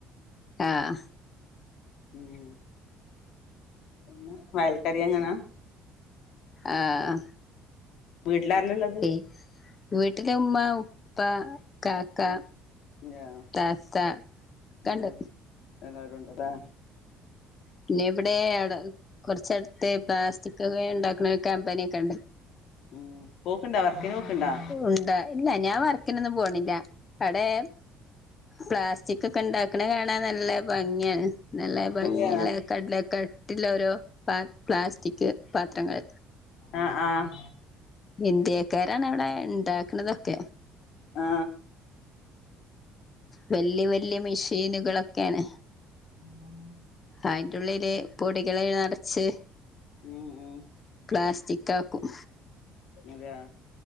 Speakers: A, on the left (about 25°); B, on the left (about 60°).
A: ആഹ്
B: ഉം പിന്നെ വേലക്കാരി എങ്ങനാ
A: ആഹ്
B: വീട്ടിലാരാ ഇള്ളത്?
A: പി വീട്ടില് ഉമ്മ ഉപ്പ കാക്ക
B: ഉം ആഹ്
A: താത്ത ഒക്കണ്ട്.
B: ആഹ് എല്ലാരും ഉണ്ട്ല്ലേ
A: പിന്നെ ഇവിടെ കൊറച്ചടുത്തെ പ്ലാസ്റ്റിക്കൊക്കെ ഉണ്ടാക്കണ കമ്പനി ഒക്കെ ഉണ്ട്.
B: ഉം പോക്കുണ്ടോ വർക്കിന് പോക്കുണ്ടോ?
A: ഉണ്ട് ഇല്ല ഞാൻ വർക്കിനൊന്നും പോണില്ല. ആടേ? പ്ലാസ്റ്റിക് ഒക്കെ ഉണ്ടാക്കണ കാണാൻ നല്ല ഭംഗിയാണ്. നല്ല
B: അതെയ
A: ഭംഗിയുള്ള കടല കട്ടിലോരോ പാ പ്ലാസ്റ്റിക് പാത്രങ്ങൾ.
B: ആഹ് ആഹ്
A: ഇന്ത്യക്കാരാണ് അവിടെ ഇണ്ടാക്കണതൊക്കെ.
B: ആ.
A: വലിയ, വലിയ മെഷീനുകളൊക്കെയാണ്.
B: ഉ <unintelligible> <inaudible>
A: അയിന്റുള്ളില് പൊടികള് നറച്ച്
B: <inaudible>
A: പ്ലാസ്റ്റിക്കാക്കും.
B: അതെയാ.